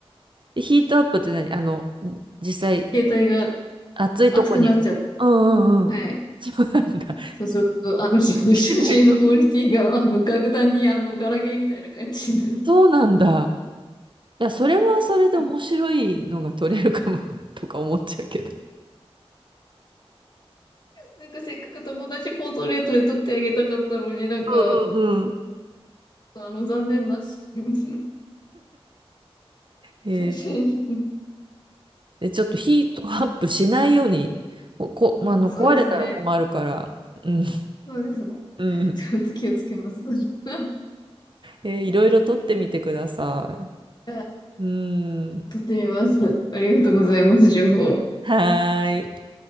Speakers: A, on the right (about 50°); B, on the left (about 45°).
A: え、ヒートアップって何あの、実際、
B: 携帯が
A: 暑いとこに。
B: 熱くなっちゃって、
A: うんうんうん。
B: はい。
A: そうなんだ。
B: そうすると、あの、写真のクオリティが、
A: しないと。
B: あの、格段に、あの、ガラケーみたいな感じになる。
A: そうなんだ。いや、それはそれで面白いのが取れるかも
B: <laughs>
A: <laughs> とか思っちゃうけど。
B: なんかせっかく友達ポートレートで撮ってあげたかったのになんか、
A: うんうんうん。
B: あの、残念な <laughs>
A: へえ
B: 写真。
A: で、ちょっとヒートアップしないように、こ、こ、まああの、
B: <laughs> そうですね。
A: 壊れたら困るから。うん。
B: そうですね。
A: うん。
B: <laughs> ちょっと気をつけます。<laughs>
A: えーいろいろ撮ってみてください。う
B: あ
A: ーん。
B: とってみます。ありがとうございます、情報。
A: はーい。